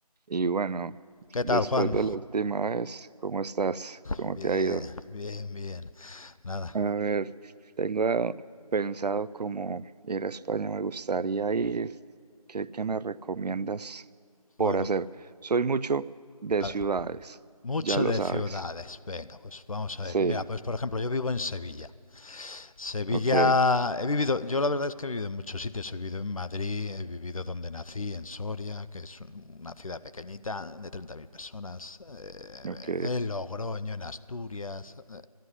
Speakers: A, on the right (about 85°); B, on the left (about 60°).
A: Y bueno,
B: ¿Qué
A: después
B: tal, Juan?
A: de la última vez, ¿cómo estás? ¿Cómo
B: Bien,
A: te ha ido?
B: bien, bien. Nada.
A: A ver, tengo pensado como ir a España, me gustaría ir. ¿Qué, qué me recomiendas por
B: Bueno,
A: hacer? Soy mucho de
B: a
A: ciudades,
B: ver. Mucho
A: ya lo
B: de
A: sabes.
B: ciudades. Venga, pues vamos a ver.
A: Sí,
B: Mira, pues por ejemplo, yo vivo en Sevilla. Sevilla,
A: ok,
B: he vivido, yo la verdad es que he vivido en muchos sitios. He vivido en Madrid, he vivido donde nací, en Soria, que es una ciudad pequeñita de 30.000 personas. eh,
A: ok,
B: en Logroño, en Asturias. eh,